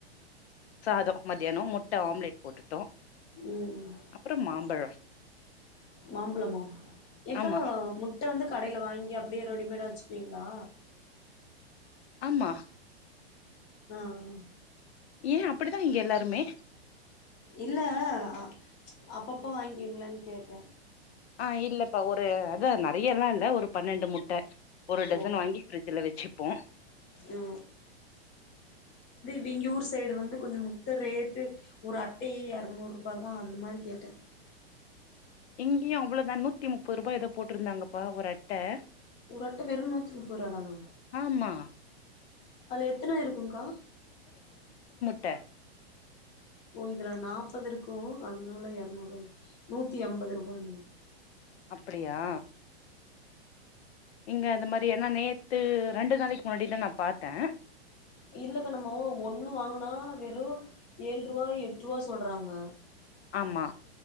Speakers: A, on the left; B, on the left.
A: சாதம் மத்தியான முட்டை ஆம்லெட் போட்டு ட்டோம்
B: ம் ம்
A: அப்பறம் மாம்பழம்
B: மாம்பழமா ஏக்கா
A: ஆமா
B: முட்டை வந்து கடைல வாங்கி அப்டியே ரெடிமேடா வச்சுக்வீங்களா
A: ஆமா
B: ஆ ஆ
A: ஏன் அப்டிதான் இங்க எல்லாருமே
B: இல்ல அ அப்ப அப்ப வாங்கீவிங்களான்னு கேட்டே
A: ஆ இல்லப்பா ஒரு அத நெறையலாம் இல்ல ஒரு பன்னெண்டு முட் ட்டை ஒரு டசன்
B: ஓ
A: வாங்கி பிரிஜ்ல வச்சுப்போம்
B: ஆ வெங்க யூர் சைடு வந்து கொஞ்ச முத்த ரேட்டு ஒரு அட்டையே எரநூறு ரூபா தான் ஆகும் அந்த மாரி கேட்டே
A: இங்கேயும் அவ்ளோவுதான் நூத்தி முப்பது ரூபாய் ஏதோ போட்டிருந்தாங்கப்பா ஒரு அட்டை
B: ஒரு அட்ட வெரும் நூத்தி முப்பது ருபா தானா
A: ஆமா
B: அதுல எத்தனை இருக்கும் கா
A: ட்ட
B: ஓ இதுல நாப்பது இருக்கும் அதுல எறநூறு நூத்தி அம்பது ரூபானு
A: அப்டியா இங்க அந்த மாரி என்னா நேத்து ரெண்டு நாளைக்கு முன்னாடி தான் நான் பாத்தே
B: இல்லக்கா நம்போ ஒண்ணு வாங்கனா வெறும் ஏழு ரூபா எட்டு ரூபா சொல்றாங்க
A: ஆமா